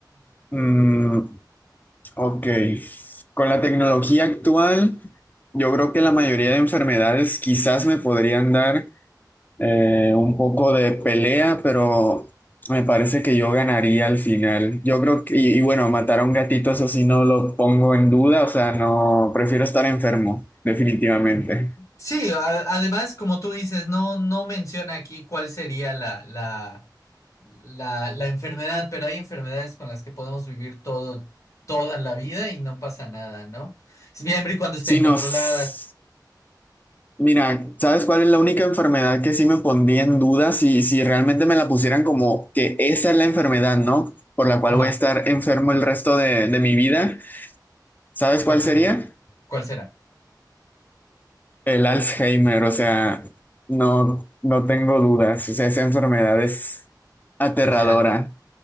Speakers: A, on the left (about 25°); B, on the left (about 45°).
A: Mm, Ok, con la tecnología actual, yo creo que la mayoría de enfermedades quizás me podrían dar eh, un poco de pelea, pero me parece que yo ganaría al final. Yo creo que, y, y bueno, matar a un gatito, eso sí no lo pongo en duda, o sea, no, prefiero estar enfermo, definitivamente.
B: Ujú. Sí, a- además, como tú dices, no, no menciona aquí cuál sería la, la, la, la enfermedad, pero hay enfermedades con las que podemos vivir todo, toda la vida y no pasa nada, ¿no? Siempre y cuando estén
A: Sí, nos
B: controladas.
A: Mira, ¿sabes cuál es la única enfermedad que sí me pondría en duda si, si realmente me la pusieran como que esa es la enfermedad, ¿no? Por la cual
B: Ajá,
A: voy a estar enfermo el resto de, de mi vida. ¿Sabes
B: ¿cuál
A: cuál
B: será?
A: sería?
B: ¿Cuál será?
A: El Alzheimer, o sea, no, no tengo dudas, o sea, esa enfermedad es aterradora.
B: Ya.